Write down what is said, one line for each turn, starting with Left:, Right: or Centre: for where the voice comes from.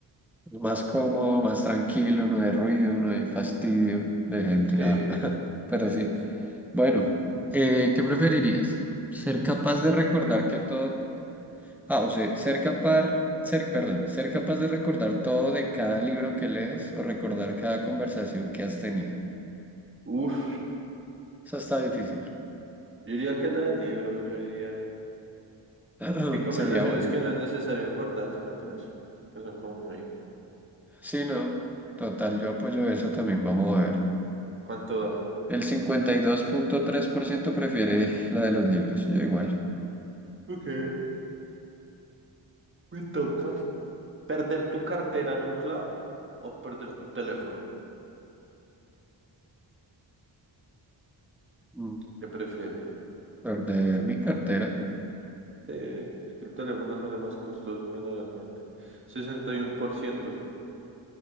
Centre: más cómodo, más tranquilo, no hay ruido, no hay fastidio de gente.
Right: Sí,
Centre: Ah, <laughs> pero
Right: sí,
Centre: sí.
Right: sí, sí.
Centre: Bueno, eh, ¿qué preferirías? ¿Ser capaz de recordar que todo Ah, o sea, ser capaz, ser, perdón, ser capaz de recordar todo de cada libro que lees o recordar cada conversación que has tenido.
Right: Uf,
Centre: Eso está difícil.
Right: yo diría que la del libro, yo diría.
Centre: <clears throat>
Right: Qué conversaciones
Centre: Sería bueno.
Right: que no es necesario acordarse, ¿no crees? Que son como muy...
Centre: Sí, no, total, yo apoyo eso también. Vamos a ver.
Right: ¿Cuánto da?
Centre: El cincuenta y dos punto tres por ciento prefiere la de los libros. Yo igual.
Right: Ok, me toca. ¿Perder tu cartera en un club o perder tu teléfono?
Centre: Mm,
Right: ¿Qué prefieres?
Centre: Perder mi cartera.
Right: Eh, es que el teléfono sale más costoso generalmente. 61%.